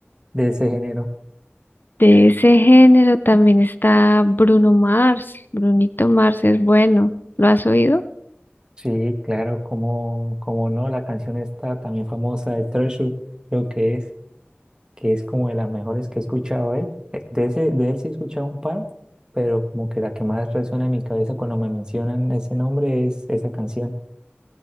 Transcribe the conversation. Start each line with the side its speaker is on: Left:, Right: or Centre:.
Right: de ese género?
Left: De ese género también está Bruno Mars. Brunito Mars es bueno. ¿Lo has oído?
Right: Sí, claro, como, como no, la canción esta también famosa de Treasure, creo que es. que es como de las mejores que he escuchado él. Eh, De ese, de él sí he escuchado un par, pero como que la que más resuena en mi cabeza cuando me mencionan ese nombre es esa canción.